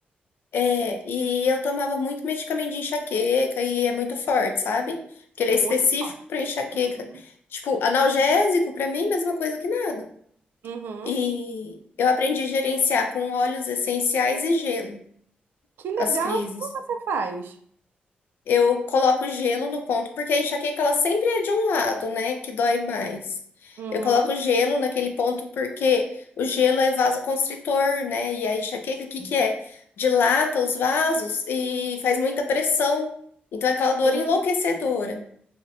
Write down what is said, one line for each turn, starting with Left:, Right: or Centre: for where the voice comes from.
Left: É, e eu tomava muito medicamento de enxaqueca e é muito forte, sabe? Porque ele
Right: muito.
Left: é específico para enxaqueca.
Right: Uhum.
Left: Tipo, analgésico para mim, mesma coisa que nada.
Right: Uhum.
Left: E eu aprendi a gerenciar com óleos essenciais e gelo
Right: Que legal,
Left: as crises.
Right: como você faz?
Left: Eu coloco gelo no ponto, porque a enxaqueca ela sempre é de um lado, né, que dói mais.
Right: Uhum.
Left: Eu coloco gelo naquele ponto porque o gelo é vasoconstritor, né? E a enxaqueca, o que que é? Dilata os vasos e faz muita pressão. Então é aquela dor
Right: Hum,
Left: enlouquecedora.